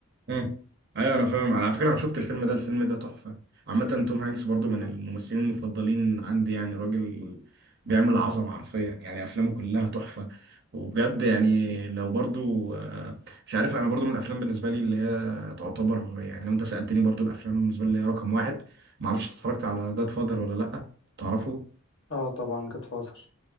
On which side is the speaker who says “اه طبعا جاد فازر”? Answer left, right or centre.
Left